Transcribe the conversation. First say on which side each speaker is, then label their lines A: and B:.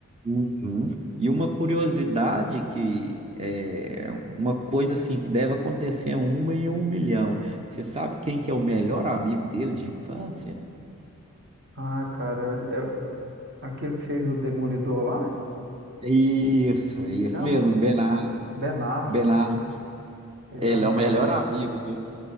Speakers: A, on the right; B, on the right.
A: Uhum. E uma curiosidade que é uma coisa assim que deve acontecer é uma em um milhão. Você sabe quem que é o melhor amigo dele de infância?
B: Ah, cara, é, é, aquele que fez o Demolidor lá,
A: Isso,
B: como
A: é isso
B: é que chama?
A: mesmo, Ben Affleck.
B: Ben Affleck,
A: Ben Affleck,
B: é. Eles
A: ele
B: são muito
A: é o melhor
B: amigos
A: amigo
B: mesmo.
A: do,